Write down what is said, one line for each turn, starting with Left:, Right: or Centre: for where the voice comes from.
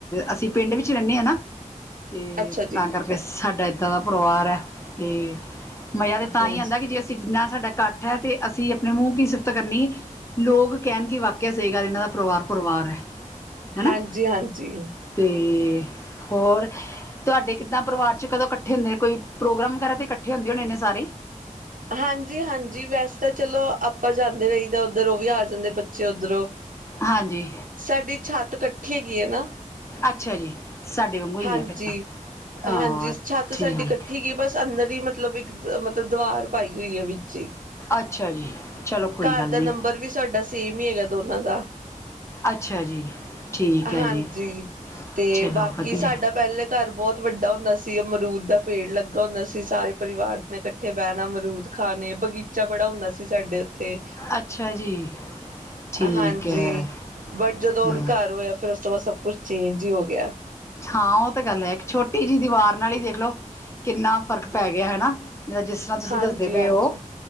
Left: ਅਸੀਂ ਪਿੰਡ ਵਿੱਚ ਰਹਿੰਦੇ ਹਾਂ ਨਾ ਅਤੇ
Right: ਅੱਛਾ
Left: ਤਾਂ
Right: ਜੀ
Left: ਕਰਕੇ ਸਾਡਾ ਇੱਦਾਂ ਦਾ ਪਰਿਵਾਰ ਹੈ ਅਤੇ ਮਜ਼ਾ ਤੇ ਤਾਂ
Right: ਹਾਂਜੀ
Left: ਹੀ ਆਉਂਦਾ ਕਿ ਜੇ ਅਸੀਂ ਜਨਾ ਸਾਡਾ ਕੱਠ ਐ ਤੇ ਅਸੀਂ ਆਪਣੇ ਮੂੰਹ ਕੀ ਸਿਫਤ ਕਰਨੀ ਲੋਕ ਕੇਨ ਕੀ ਵਾਕਿਆ ਸਈ ਗਲ ਇਹਨਾਂ ਦਾ ਪਰਿਵਾਰ ਪਰਿਵਾਰ ਹੈ। ਹਨਾ
Right: ਹਾਂਜੀ-ਹਾਂਜੀ।
Left: ਤੇ ਹੋਰ ਤੁਹਾਡੇ ਕਿੱਦਾਂ ਪਰਿਵਾਰ ਚ ਕਦੋਂ ਇਕੱਠੇ ਹੁੰਦੇ ਨੇ ਕੋਈ ਪ੍ਰੋਗਰਾਮ ਵਗੈਰਾ ਤੇ ਇਕੱਠ ਠੇ ਹੁੰਦੇ ਹੋਨੇ ਨੇ ਸਾਰੇ ਈ।
Right: ਹਾਂਜੀ-ਹਾਂਜੀ ਵੈਸੇ ਚਲੋ ਆਪਾਂ ਜਾਂਦੇ ਰਹੀ ਦਾ ਉੱਧਰ ਉਹ ਵੀ ਆ ਜਾਂਦੇ ਬੱਚੇ ਉੱਧਰੋਂ
Left: ਹਾਂਜੀ
Right: ਸਾਡੀ ਛੱਤ ਇਕੱਠੀ ਹੈਗੀ ਐ ਨਾ।
Left: ਅੱਛਾ ਜੀ ਸਾਡੇ ਵਾਂਗੂ ਈ
Right: ਹਾਂਜੀ
Left: ਐ ਫੇਰ ਤਾਂ। ਹਾਂ
Right: ਹਾਂਜੀ ਛੱਤ
Left: ਠੀਕ
Right: ਸਾਡੀ ਇਕੱਠੀ ਹੈਗੀਏ ਬਸ ਅੰਦਰ ਹੀ ਮਤਲਬ ਇੱਕ ਮਤਲਬ ਦੀਵਾਰ ਪਾਈ ਹੋਈ ਐ ਵਿੱਚ ਜੀ,
Left: ਅੱਛਾ ਜੀ ਚਲੋ ਕੋਈ
Right: ਘਰ
Left: ਗੱਲ ਨਹੀਂ
Right: ਦਾ ਨੰਬਰ ਵੀ ਸਾਡਾ ਸੇਮ ਈ ਹੈਗਾ ਦੋਨਾਂ ਦਾ।
Left: ਅੱਛਾ ਜੀ ਠੀਕ ਹੈ
Right: ਹਾਂਜੀ
Left: ਜੀ।
Right: ਤੇ
Left: ਚਲੋ
Right: ਬਾਕੀ
Left: ਵਧੀਆ
Right: ਸਾਡਾ ਪਹਿਲੇ ਘਰ ਬੋਤ ਵੱਡਾ ਹੁੰਦਾ ਸੀ ਅਮਰੂਦ ਦਾ ਪੇੜ ਲੱਗਾ ਹੁੰਦਾ ਸੀ ਸਾਰੇ ਪਰਿਵਾਰ ਨੇ ਇਕੱਠੇ ਬੇਹਨਾ ਮਰੁ ਰੂਦ ਖਾਨੇ ਬਗੀਚਾ ਬੜਾ ਹੁੰਦਾ ਸੀ ਸਾਡੇ ਉੱਥੇ
Left: ਅੱਛਾ ਜੀ। ਠੀਕ
Right: ਹਾਂਜੀ
Left: ਹੈ
Right: ਬਟ ਜਦੋਂ
Left: ਹਮ
Right: ਹੁਨ ਘਰ ਹੋਇਆ ਫੇਰ ਉਸ ਤੋਂ ਬਾਅਦ ਸਭ ਕੁਛ ਚੇਂਜ ਈ ਹੋ ਗਿਆ।
Left: ਹਾਂ ਉਹ ਤੇ ਗੱਲ ਹੈ ਇੱਕ ਛੋਟੀ ਜਿਹੀ ਦੀਵਾਰ ਨਾਲ ਹੀ ਦੇਖਲਓ ਕਿੰਨਾ ਫ਼ਰਕ ਪੈ ਗਿਆ ਹੇਨਾ। ਨਾ ਜਿਸ ਤਰ੍ਹਾਂ ਤੁਸੀਂ
Right: ਹਾਂਜੀ
Left: ਦੱਸਦੇ ਪਏ
Right: ਹਾਂਜੀ
Left: ਓ